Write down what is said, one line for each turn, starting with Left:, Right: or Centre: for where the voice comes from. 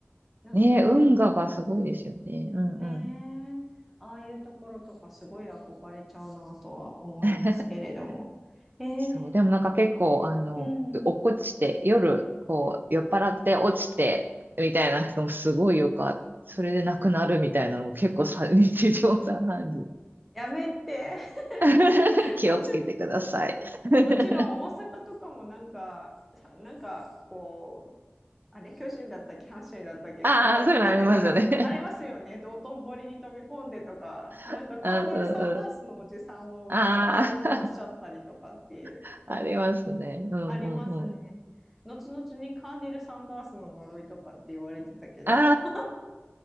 Centre: なんかこ
Right: ねえ運河がすごいですよね。うんうん。
Centre: う、ねえ、ああいうところとかすごい憧れちゃうなとは思いますけれども。
Right: <laughs>
Centre: えー
Right: そう、でもなんか結構、あの、
Centre: うん。
Right: 落っこちて、夜、こう、酔っ払って落ちて、みたいな人もすごいよかった。それで亡くなるみたいなのも結構さ、<laughs> 日常茶飯事。
Centre: やめて。
Right: <laughs>
Centre: <laughs>
Right: 気をつけてください。
Centre: もち、
Right: <laughs>
Centre: もちろん大阪とかもなんか、さなんかこあれ、巨人だったっけ、阪神だったっけ、
Right: ああ、
Centre: 勝った、勝ったから、
Right: そういうのありますよね。
Centre: ありますよね、道頓堀に飛び込んでとか、なんかカーネル・
Right: <laughs> うんうんうん。
Centre: サンダースのおじさんをなんか飛び込ましちゃったりとかっていう、
Right: ああ、<laughs> ありますね。うんうんうん。
Centre: ありますね。後々にカーネル・サンダースの呪いとかって言われてたけど
Right: あ
Centre: <laughs>。